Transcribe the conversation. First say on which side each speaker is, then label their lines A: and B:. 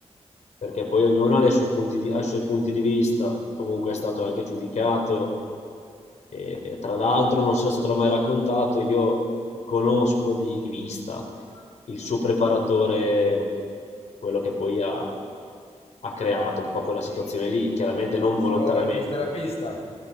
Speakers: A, on the left (about 85°); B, on the left (about 60°).
A: perché poi ognuno ha, le sue punti di- ha i suoi punti di vista, comunque è stato anche giudicato. E, e tra l'altro, non so se te l'ho mai raccontato, io conosco di, di vista il suo preparatore, quello che poi ha, ha creato un po' quella situazione lì, chiaramente
B: Il
A: non
B: fisio,
A: volontariamente,
B: il fisioterapista.